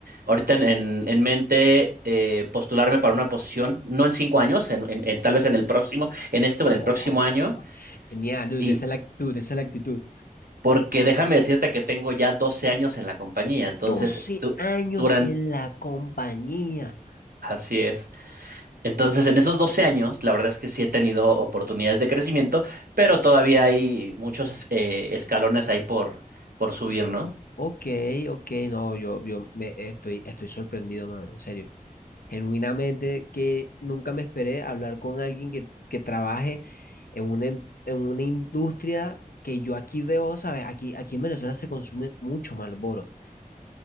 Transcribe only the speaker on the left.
Oh,
genial, Luis,
esa es la actitud, esa es la actitud.
12 años
en la compañía.
Ok, ok, no, yo, yo me, estoy, estoy sorprendido, man, en serio. Genuinamente que nunca me esperé hablar con alguien que, que trabaje en una, em- en una industria que yo aquí veo, ¿sabes? Aquí, aquí en Venezuela se consume mucho Marlboro.